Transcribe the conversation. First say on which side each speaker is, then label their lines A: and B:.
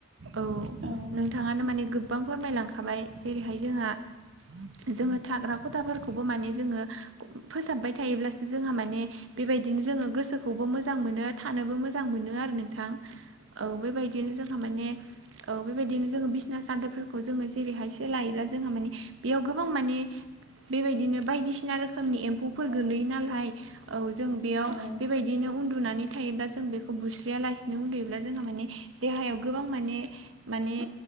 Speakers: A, on the right; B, on the right.
A: औ
B: औ
A: नोंथाङानो माने गोबां फोरमायलांखाबाय जेरैहाय जोंहा जोङो थाग्रा खथाफोरखौबो माने जोङो फोसाबबाय थायोब्लासो जोंहा माने बेबायदिनो जोङो गोसो खौबो मोजां मोनो थानोबो मोजां मोनो आरो नोंथां औ बेबायदिनो जों थामाने औ बेबायदि बिदिनो जोङो बिसना सादोरफोरखौ जोङो जेरैहाय सोलायोब्ला जोंहा माने बेयाव गोबां माने बेबायदिनो बायदिसिना रोखोमनि एम्फौफोर
B: नोंथां
A: गोलैयो नालाय औ जों बेयाव
B: औ
A: बेबायदिनो उन्दुनानै थायोब्ला जों बेखौ बुस्रिया लासिनो उन्दुयोब्ला जोंहा माने देहायाव गोबां माने माने
B: औ